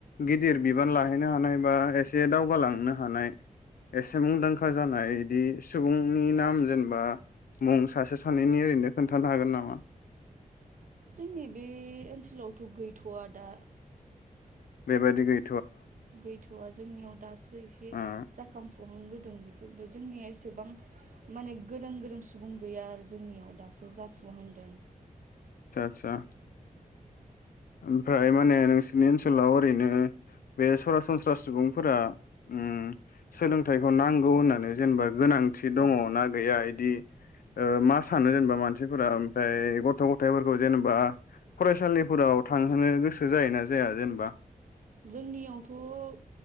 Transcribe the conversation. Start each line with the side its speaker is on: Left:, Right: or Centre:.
Left: गिदिर बिबान ला नो हानाय बा एसे दावगाालांनो हानाय एसे मुंदांखा जानाय बिदि सुबुंनि नाम जेनेबा मुं सासे सानैनि ओरैनो खोन्थानो हागोन नामा?
Right: जोंनि बे ओनसोलावथ' गैथ'वा दा।
Left: बेबायदि गै
Right: गैथ'आ जोंनियाव दासो एसे
Left: औ
Right: जाखांफु हां बोदों बेफोरबो जोंनिया एसेबां माने गोरों गोरों सुबुं गैया आरो जोंनियाव दासो जाफुहांदों।
Left: आतसा। ओमफ्राय माने नोंसोरनि ओनसोलाव ओरैनो बे सरासनस्रा सुबुंफोरा उम सोलोंथाइखौ नांगौ होननानै जेनेबा गोनां थि दङ
Right: औ
Left: ना गैया इदि ओ मा सानो जेनेबा मानसिफोरा ओमफ्राय गथ' गथाइफोरखौ जेनेबा फरायसालिफोराव थांहोनो गोसो जायोना जाया जेनेबा?
Right: जोंनियावथ'